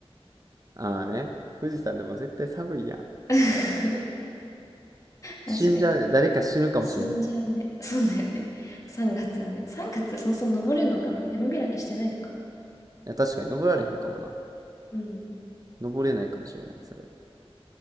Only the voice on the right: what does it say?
ああね。富士山でも絶対寒いやん。
死んじゃうで、<laughs> 誰か死ぬかもしれへん。
い
や、確かに登られへんかもな。
登れないかもしれない、それ。